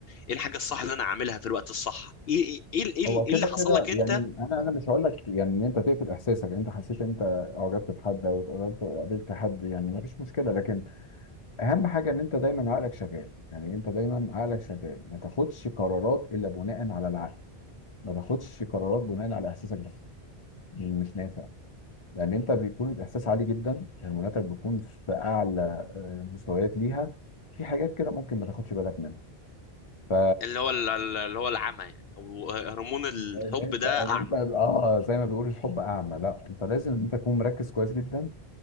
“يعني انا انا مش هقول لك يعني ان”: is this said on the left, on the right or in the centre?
Left